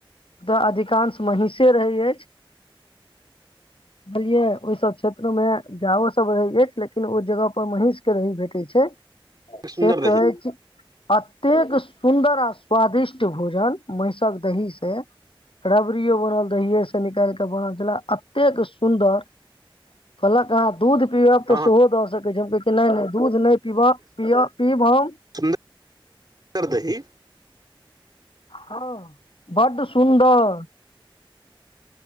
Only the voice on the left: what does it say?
दऽ अधिकांश महीषे रहै अछि बुझलियै ओय सब क्षेत्र मे गायो सब रहै अछि लेकिन ओ जगह पर महींष के रही भेटै छै
से
कहै छी अतेक सुन्दर आ स्वादिष्ट भोजन महिषक दही से रबड़ियो बनल दहिये स निकैल क बनल छैला अतेक सुंदर कहलक अहाँ दूध पीअब तऽ
सेहो दऽ सकै छी हम कहलिय की नै-नै दूध नै पीबअ -पीय -पीब हम
हँ बड्ड सुन्दर